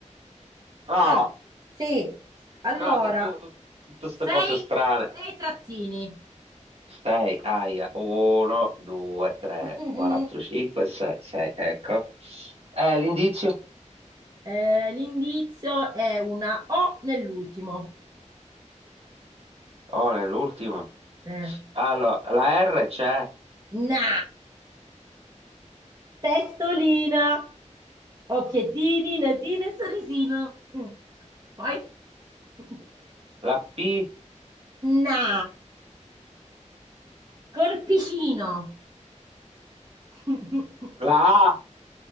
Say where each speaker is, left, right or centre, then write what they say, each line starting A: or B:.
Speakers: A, on the right; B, on the right.
A: No,
B: Allora, sì. Allora,
A: no, che tu, tu- tutte queste
B: sei,
A: cose strane.
B: sei trattini.
A: 6, aia, 1, 2, 3,
B: <laughs>
A: 4, 5, 6, 6, ecco. Eh, l'indizio?
B: Eh, l'indizio è una O nell'ultimo.
A: Oh, nell'ultimo.
B: Eh,
A: Allora, la R c'è.
B: Na, testolina, occhiettini, nasino e sorrisino. Mm. Poi, <laughs>
A: la P,
B: Na, corpicino. <laughs>
A: la A,